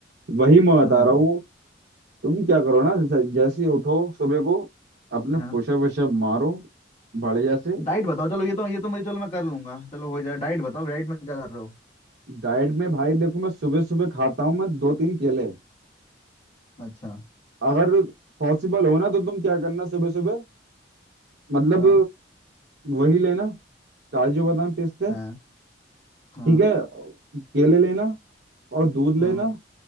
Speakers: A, on the right (about 60°); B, on the left (about 35°).
A: वही मैं बता
B: हाँ
A: रहा हूँ तुम क्या करो ना जैसे जैसे ही उठो सुबह को अपने
B: हाँ
A: पुशअप वुशअप मारो बढ़िया से
B: डाइट बताओ चलो ये तो ये तो मुझे चलो मैं कर लूंगा चलो हो जाए डाइट बताओ डाइट में क्या कर रहे हो
A: डाइट में भाई देखो मैं सुबह सुबह खाता हूँ मैं दो तीन केले
B: अच्छा
A: अगर पॉसिबल हो ना तो तुम क्या करना सुबह सुबह मतलब
B: हाँ
A: वही लेना काजू बादाम पिस्ते
B: हाँ हाँ
A: ठीक है केले लेना और दूध
B: हाँ
A: लेना